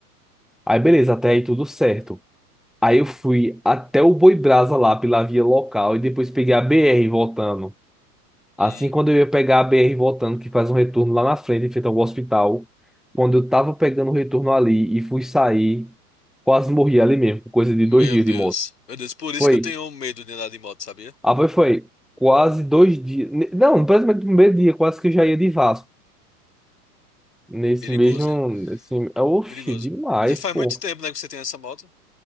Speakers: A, in the centre; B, on the left.
A: Aí beleza, até aí tudo certo. Aí eu fui até o Boi Brasa lá pela via local e depois peguei a BR voltando. Assim,
B: Hum,
A: quando eu ia pegar a BR voltando, que faz um retorno lá na frente, em frente ao hospital, quando eu tava pegando o retorno ali e fui sair, quase morri ali mesmo, por coisa de
B: meu
A: dois dias
B: Deus.
A: de moto.
B: Meu Deus, por isso
A: Foi,
B: que eu tenho medo de andar de moto, sabia?
A: ah, foi, foi quase dois dias, ne- não, praticamente no primeiro dia, quase que eu já ia de Vasco. Nesse
B: Perigoso,
A: mesmo,
B: hein?
A: nesse, oxe,
B: Perigoso.
A: demais,
B: Já faz
A: pô.
B: muito tempo, né, que você tem essa moto.